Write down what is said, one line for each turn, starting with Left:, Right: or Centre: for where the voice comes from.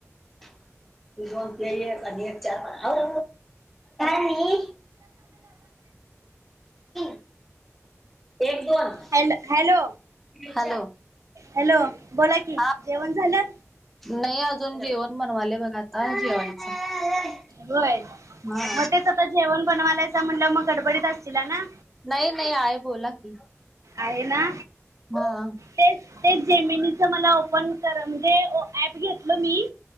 Centre: तुझं ते ही आणि एक चार पण हाय रंग. <unintelligible> एक दोन
Right: हॅलो हॅलो
Centre: हॅलो
Right: हॅलो बोला कि
Centre: हा
Right: जेवण झालं?
Centre: नाही अजून जेवण बनवाले बघा आता जेवायचं.
Right: होय
Centre: हा
Right: मग तेच आता जेवण बनवायच म्हणलं मग गडबडीत असतील ना?
Centre: नाही नाही आय बोला की.
Right: आहे ना?
Centre: हां
Right: तेच तेच जेमेनीच मला ओपन करा म्हणजे ओ ऍप घेतलं मी.